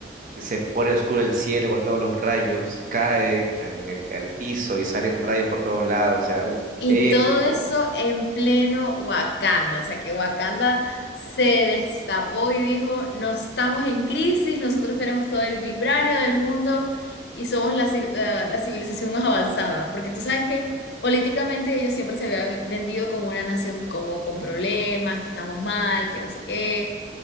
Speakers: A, on the right; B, on the left.
A: se pone oscuro el cielo con todos los rayos, cae en el, el piso y salen rayos por todos lados, o sea, uf,
B: Y
A: épico.
B: todo eso en pleno Wakanda, o sea que Wakanda se destapó y dijo, no estamos en crisis, nosotros tenemos todo el vibranio del mundo y somos la, ci- la- la civilización más avanzada, porque tú sabes que políticamente ellos siempre se habían vendido como una nación como con problemas, que estamos mal, que no sé qué,